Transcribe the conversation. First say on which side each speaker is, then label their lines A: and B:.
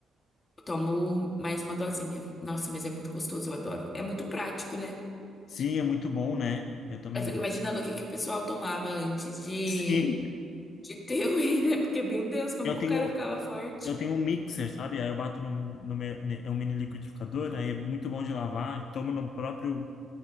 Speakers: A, on the left (about 35°); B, on the left (about 65°).
A: tomo mais uma dosinha. Nossa, mas é muito gostoso, eu adoro. É muito prático, né?
B: Sim, é muito bom, né? Eu também
A: Eu fico
B: gosto.
A: imaginando o que que o pessoal tomava antes de,
B: Sim.
A: de ter o whey, né? Porque, meu Deus, como
B: Eu
A: que
B: tenho,
A: o cara ficava forte.
B: eu tenho um mixer, sabe? Aí eu bato no, no meu, ne- é um mini liquidificador, aí é muito bom de lavar, tomo no próprio,